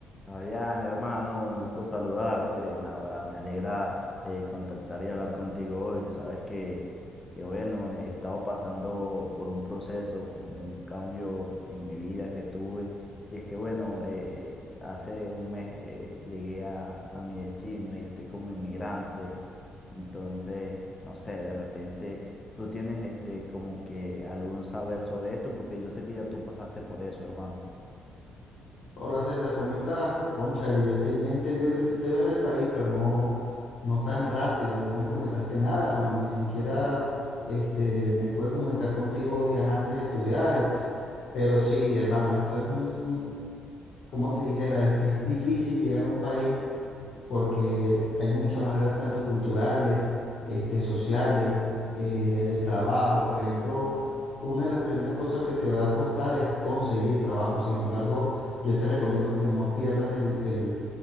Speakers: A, on the left; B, on the left.
A: Fabián, hermano, un gusto saludarte. Ahora me alegra eh, contactar y hablar contigo hoy. Sabes que, que, bueno, he estado pasando por un proceso, como un cambio en mi vida que tuve. Y es que, bueno, eh, hace un mes eh, llegué a, a mi destino y estoy como inmigrante. Entonces, no sé, de repente tú tienes este, como que algún saber sobre esto, porque yo sé que ya tú pasaste por eso, hermano.
B: Hola César, ¿cómo estás? Cónchale, yo tenía entendido que tú te ibas del país, pero no, no tan rápido, no me comentaste nada, hermano, ni siquiera este, me pude comunicar contigo días antes de tu viaje, pero sí, hermano, esto es un, como te dijera, es, es difícil llegar a un país porque hay muchas barreras tanto culturales, este, sociales, eh, de trabajo. Por ejemplo, una de las primeras cosas que te va a costar es conseguir trabajo. Sin embargo, yo te recomiendo que no pierdas el, el-